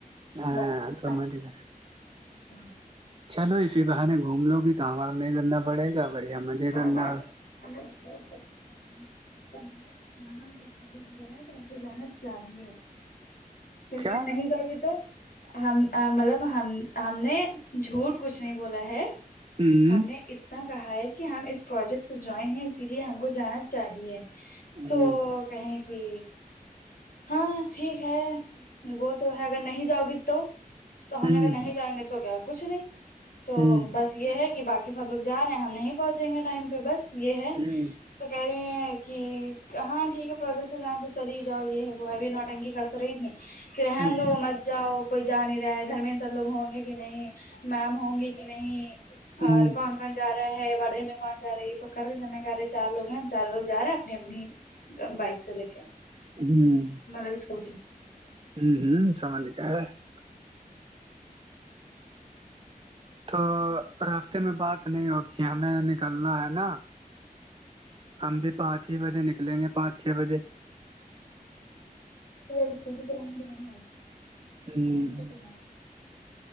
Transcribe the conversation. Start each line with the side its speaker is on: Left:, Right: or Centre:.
Right: ہاں
Left: بس اتنا
Right: سمجھ
Left: ہی
Right: گئے چلو اسی بہانے گھوم لو گی کام وام نہیں کرنا پڑے گا بڑھیا مزے
Left: اور
Right: کرنا
Left: باقی <unintelligible> <unintelligible> جانا چاہیے کرکن
Right: کیا
Left: نہیں جاوگے تو ہم مطلب ہم ہم نے جھوٹ کچھ نہیں بولا ہے
Right: ہوں
Left: ہم نے اتناکہا ہے کہ ہم اس پروجیکٹ سے جوائن ہے اسی لیے ہم کو جانا چاہیے
Right: ہوں
Left: تو کہیں کہ ہاں ٹھیک ہے وہ تو ہے اگر نہیں جاؤ گےتو تو ہم
Right: ہوں
Left: اگر نہیں جائیں گے تو کیا کچھ نہیں تو
Right: ہوں ہوں
Left: بس یہ ہے کہ باقی سب لوگ جا رہے ہیں ہم نہیں پہنچیے گے ٹائم پہ بس یہ ہے
Right: ہوں
Left: تو کہہ رہی ہیں کہ ہاں ٹھیک ہے پروجیکٹ سے جائیں تو چلی ہی جاؤ یہ ہے وہ ابھی نوٹنگی کر تو رہی تھی کہ رہنے
Right: ہوں
Left: دو مت جاؤ کوئی جا نہیں رہا ہے گھر میں لوگ ہو نگے بھی نہیں میم ہوں گی کہ نہیں
Right: ہوں
Left: اور
Right: ہوں
Left: کون کونا رہا ہے بڑے میں کونا رہا ہے یہ س کر رہے ہیں ج میں کر رہے چار لوگ ہیں چار لو جا رہے ہیں اپنی اپنی بائک چلے کے
Right: ہوں
Left: مطلب اسکوٹی
Right: ہوں ہ <unintelligible>
Left: <inaudible>
Right: تو رستے میں بات نہیں ہونگی ہمیں نکلنا ہے نا ہم بھی پانچ ہی بجے نکلیں گے پانچ چھ بجے
Left: اسکوٹی چلائیں گے وہاں
Right: ہوں
Left: ہمیں تو چلائیں گے